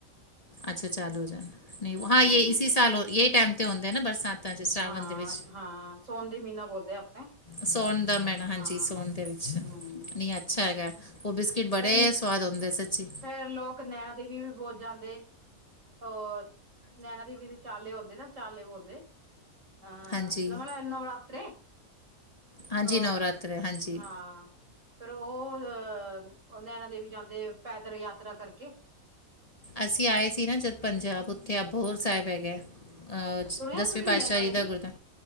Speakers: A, on the left; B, on the right.
A: ਅੱਛਾ ਚਾਲੂ ਹੋ ਜਾਣ ਨਹੀਂ ਹਾਂ
B: ਹੂੰ।
A: ਯ ਇਸੀ ਸਾਲ ਹੋ ਯਹੀ ਟਾਈਮ ਹੁੰਦੇ ਨਾ ਬਰਸਾਤ ਚ ਸਾਵਣ
B: ਹਾਂ
A: ਦੇ ਵਿੱਚ
B: ਹਾਂ ਸੋਨ ਦੀ ਮਹੀਨਾ ਬੋਲਦੇ ਆਪਣੇ
A: ਸੌਉਣ ਦਾ ਮੈਣਾ ਹਾਂਜੀ
B: ਹਾਂ
A: ਸੋਣ ਦੇ ਵਿੱਚ
B: ਹੂੰ
A: ਨੀ ਅੱਛਾ ਹੈਗਾ ਉਹ ਬਿਸਕਿਟ ਬੜੇ
B: ਫਿਰ ਫਿਰ
A: ਸਵਾਦ ਹੁੰਦੇ ਸੱਚੀ
B: ਲੋਕ ਨੈਣਾਂ ਦੇਵੀ ਵੀ ਬਹੁਤ ਜਾਂਦੇ ਹ ਨੈਣਾ ਦੇਵੀ ਦੇ ਚਾਲੇ ਹੁੰਦੇ ਨਾ ਚਾਲੇ ਬੋਲਦੇ ਜ ਹਾਂ
A: ਹਾਂਜੀ
B: ਨੋਵਾ ਨਰਾਤਰੇ
A: ਹਾਂਜੀ
B: ਅ
A: ਨਵਰਾਤਰੇ ਹਾਂਜੀ
B: ਹਾਂ ਫੇਰ ਉਹ ਅ ਉਹ ਨੈਣਾ ਦੇਵੀ ਜਾਂਦੇ ਪੈਦਲ ਯਾਤਰਾ ਕਰਕੇ
A: ਅਸੀਂ ਆਏ ਸੀ ਨਾ ਜਦ ਪੰਜਾਬ ਉੱਥੇ ਅਪਹੋਰ ਸਾਹਿਬ ਹੈਗਾ ਅ
B: ਅੱਛਾ ਸੁਣਿਆ
A: ਦਸਵੇਂ
B: ਤੁਸੀਂ
A: ਪਾਤਿਸ਼ਾਹ
B: ਨੈਣਾ
A: ਜੀ
B: ਦੇਵੀ
A: ਦਾ ਗੁਰਦਾਆ